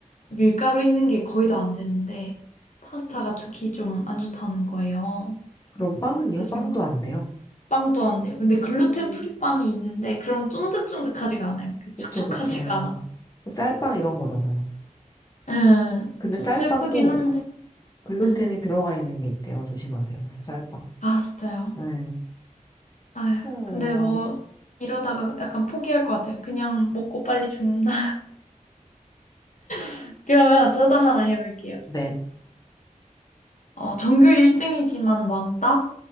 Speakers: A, on the left (about 60°); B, on the left (about 25°).
A: 밀가루 있는 게 거의 다 안 되는데 파스타가 특히 좀 안 좋다는 거예요.
B: 그럼 빵은요?
A: 쓰신가?
B: 빵도 안 돼요?
A: 빵도 안 돼요. 근데 글루텐
B: 음,
A: 프리 빵이 있는데 그럼 쫀득쫀득하지가 않아요. 그 촉촉하지가
B: 그쵸, 그쵸. 쌀빵 이런 거잖아요.
A: 않아. 예,
B: 근데
A: 좀
B: 쌀빵도
A: 슬프긴 한데.
B: 글루텐이
A: 예.
B: 들어가 있는 게 있대요. 조심하세요. 네, 쌀빵.
A: 아, 진짜요.
B: 네.
A: 아휴,
B: 어,
A: 근데 뭐 이러다가 약간 포기할 것 같아요. 그냥 먹고 빨리 죽는다. <laughs> 그러면 저도 하나 해볼게요.
B: 네.
A: 어, 전교 1등이지만 왕따?